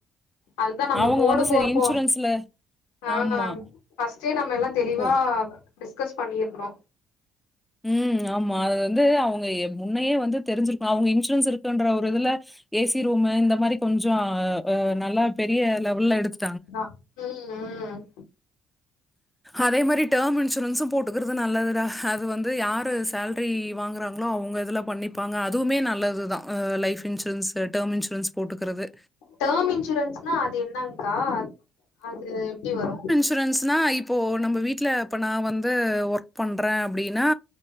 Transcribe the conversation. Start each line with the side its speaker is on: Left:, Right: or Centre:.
Left: அதுதா நம்ம
Centre: அவங்க
Left: போடும்போ
Centre: வந்து சரி
Left: ப்போ
Centre: இன்சூரன்ஸ்ல
Left: ஆ
Centre: ஆமா
Left: ஃபஸ்டே நம்ம எல்லா தெளிவா
Centre: ஓ
Left: டிஸ்கஸ் பண்ணிர்ணு
Centre: ம் ஆமா அது வந்து அவங்க முன்னையே வந்து தெரிஞ்சு அவங்க இன்சூரன்ஸ் இருக்குன்ற ஒரு இதுல ஏசி ரூம் இந்த மாதிரி கொஞ்சோ நல்லா பெரிய லெவல்ல எடுத்து
Left: ம் ம்
Centre: அதே மாரி டேர்ம் இன்சூரன்ஸு போட்டுக்கிறது நல்லதுதா அது வந்து யாரு சால் ரி வாங்குறாங்களோ அவங்க இதுல்லா பண்ணிப்பாங்க அதுவுமே நல்லது தா லைஃப் இன்சூரன்ஸு டேர்ம் இன்சூரன்ஸ் போட்டுக்கறது
Left: டேம் இன்சூரன்ஸ்னா அது என்னங்க்கா அது எப்டி வரும்
Centre: இன்ஷூரன்ஸ்னா இப்போ நம்ம வீட்ல இப்போ நான் வந்து ஒர்க் பண்றேன் அப்டின்னா